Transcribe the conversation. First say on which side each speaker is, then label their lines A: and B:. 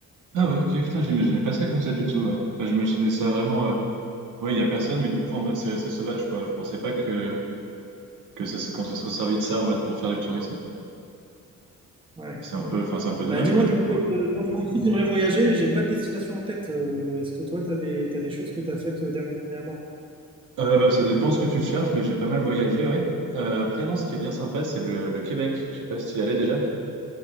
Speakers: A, on the right; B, on the right.
A: Ah ouais, ok, putain, j'imaginais pas ça comme ça du tout, ouais. Enfin, j'imaginais ça vraiment, euh, ouais, il y a personne, mais du coup, en mode, c'est resté sauvage, quoi. Je pensais pas que, que ça- qu'on se serait servi de ça en mode pour faire du tourisme.
B: Ouais,
A: C'est un
B: ouais.
A: peu, enfin, c'est un peu dommage,
B: Bah dis-moi
A: quoi, du
B: du
A: coup.
B: coup, euh, moi aussi j'aimerais voyager, mais j'ai pas de destination en tête. Euh, est-ce que toi, tu as des, t'as des choses que tu as faites euh, dernièrement?
A: Euh, bah, ça dépend ce que tu cherches, mais j'ai pas mal voyagé, ouais. Euh, après, non, ce qui est bien sympa, c'est le, le Québec. Je sais pas si tu y allais déjà.